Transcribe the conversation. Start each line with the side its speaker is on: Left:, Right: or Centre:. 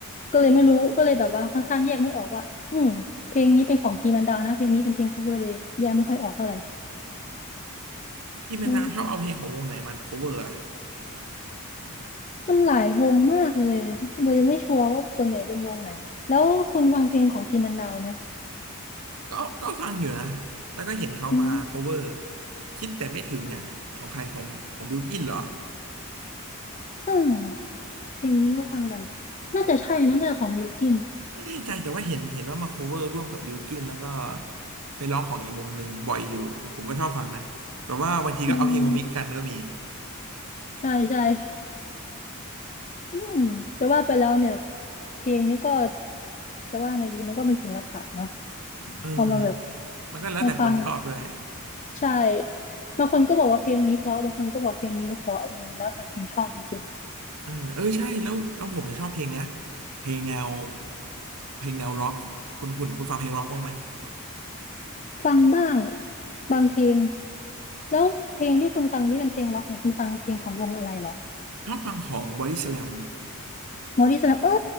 Left: ก็เลยไม่รู้ก็เลยแบบว่าค่อนข้างแยกไม่ออกว่าอืมเพลงนี้เป็นของทีมมันดาวนะเพลงนี้เป็นเพลง cover เลยแยกไม่ค่อยออกเท่าไหร่
Right: ที่แม่นดาวชอบเอาเพลงของวงไหนมา
Left: อืม
Right: cover อะ
Left: มันหลายวงมากเลยเลยไม่ชัวร์ว่าส่วนใหญ่เป็นวงไหนแล้วคุณฟังเพลงของทีมมันดาวไหม
Right: ก็ก็ฟังอยู่นะแล้วก็เห็นเขามา
Left: อืม
Right: cover คิดแต่ไม่ถึงเนี่ยของใครของของบิลกินเหรอ
Left: เออ เพลงนี้ก็ฟังแต่น่าจะใช่นะน่าจะของบิลกิน
Right: ไม่แน่ใจแต่ว่าเห็นเห็นว่ามา cover ร่วมกับบิลกินแล้วก็ไปร้องของอีกวงหนึ่งบ่อยอยู่ผมก็ชอบฟังนะแบบว่าบางทีก็เอาเพลงมามิกกันก็มี
Left: อืมใช่ใช่อืมแต่ว่าไปแล้วเนี่ยเพลงนี้ก็จะว่าไงดีมันก็เป็นศิลปะเนาะ
Right: เออมันก็แล้วแต่คนชอบด้วย
Left: เอามาแบบมาฟังใช่บางคนก็บอกว่าเพลงนี้เพราะบางคนก็บอกเพลงนี้ไม่เพราะอืมแล้วแต่คนชอบจริง
Right: เออเออใช่แล้วแล้วผมจะชอบเพลงเนี้ยเพลงแนวเพลงแนวร็อกคุณคุณคุณฟังเพลงร็อกบ้างไหม
Left: ๆฟังบ้างบางเพลงแล้วเพลงที่คุณฟังนี่เป็นเพลงร็อกเนี่ยคุณฟังเพลงของวงอะไรเหรอ
Right: ชอบฟังของบอดี้สแลม
Left: หมอดีสนับเออ